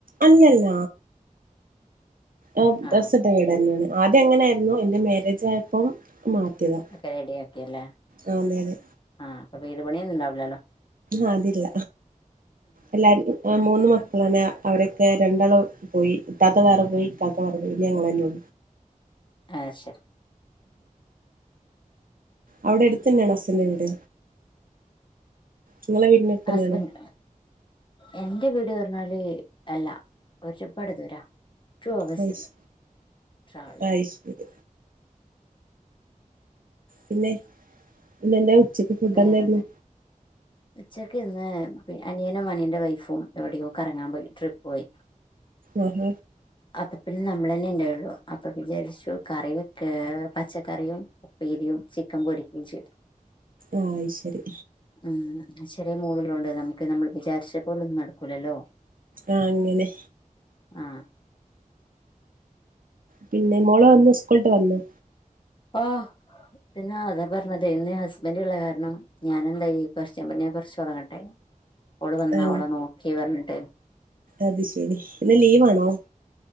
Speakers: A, on the right; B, on the left.
A: അല്ലല്ല ആ
B: ആഹ്
A: ദ്രസിട്ട വീടന്നെയാണ് ആദ്യം അങ്ങനായ്ര്ന്നു എന്റെ മാരേജ് ആയപ്പം. മാറ്റിയതാ
B: ഒക്കെ റെഡി ആക്കില്ലേ
A: ആഹ് അതെ അതെ
B: ആഹ് അപ്പൊ വീട് പണിയൊന്നും ഉണ്ടാവില്ലല്ലോ.
A: ആ അതില്ല എല്ലാരും മൂന്ന് മക്കളാണ് അവരൊക്കെ രണ്ടാളം പോയി ഇത്താത്ത വേറെ പോയി ഇത്ത വേറെ പോയി ഇനി ഞങ്ങളന്നെള്ളൂ..
B: ആ ശരി.
A: അവിടെ അടുത്തന്നാണോ ഹസ്സിന്റെ വീട് നിങ്ങളെ വീടിന്റെ അടുത്തന്നെയാണോ
B: ഹസ്ബൻഡ് എന്റെ വീട്.. ട് ർഞ്ഞാല് അല്ല ഒരുപാട് ദൂരാ ടു അവേഴ്സ്ണ്ട്
A: അയ്ശ്
B: ട്രാവൽ
A: അയ്ശരി
B: യ്യാൻ
A: പിന്നെ പിന്നന്ന ഉച്ചക്ക് ഫുഡ്
B: വേറെന്താ
A: എന്താരുന്നു..
B: ഉച്ചക്ക് ഇന്ന് അനിയനും അനിയന്റെ വൈഫും എവിടെയോ കറങ്ങാൻ പോയി ട്രിപ്പ് പോയി
A: ആഹ
B: അപ്പൊ പിന്നെ നമ്മൾ തന്നെ ഉണ്ടാവുള്ളു അപ്പൊ വിചാരിച്ചു കറി വെക്ക പച്ചക്കറിയും ഉപ്പേരി. യും ചിക്കൻ പൊരിക്കും ചെയ്തു
A: ആഹ ശരി
B: ഉം ശെറ്യേ മോള് ള്ളോണ്ട് നമുക്കെ നമ്മൾ വിചാരിച്ച പോലൊന്നും നടക്കൂലല്ലോ.
A: ആ.. അങ്ങനെ..
B: ആ...
A: പിന്നെ മോള് വന്നൊ സ്കൂള്ട്ട് വന്ന
B: ആഹ് പിന്ന അതാ പർഞ്ഞത് ഇന്ന് ഹസ്ബൻറ്ള്ള കാരണം ഞാനെന്തായി <unintelligible> കൊർചൊറങ്ങട്ടെ അവള് വന്ന
A: ആഹ്
B: അവളെ നോക്കി പർഞ്ഞിട്ട്
A: അത് ശെരി ന്ന് ലീവാണോ..